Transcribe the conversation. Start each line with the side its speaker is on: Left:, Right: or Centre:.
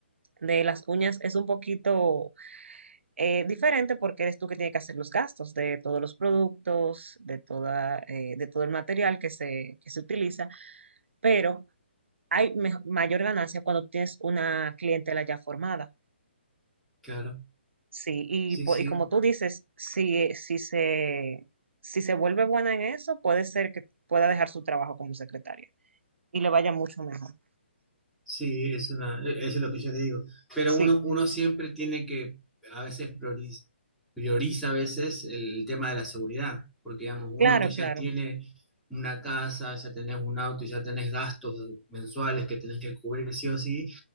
Right: de las uñas es un poquito eh, diferente porque eres tú que tienes que hacer los gastos de todos los productos, de toda, eh, de todo el material que se, que se utiliza, pero hay me- mayor ganancia cuando tienes una clientela ya formada.
Centre: claro.
Right: Sí, y,
Centre: Sí,
Right: po-
Centre: sí.
Right: y como tú dices, si, si se, si se vuelve buena en eso, puede ser que pueda dejar su trabajo como secretaria y le vaya mucho mejor.
Centre: Sí, es una, e, eso es lo que yo te digo. Pero
Right: Sí,
Centre: uno, uno siempre tiene que, a veces prioriz- prioriza, a veces el tema de la seguridad, porque digamos, uno
Right: claro,
Centre: que ya
Right: claro.
Centre: tiene una casa, ya tenés un auto, ya tenés gastos mensuales que tenés que cubrir sí o sí,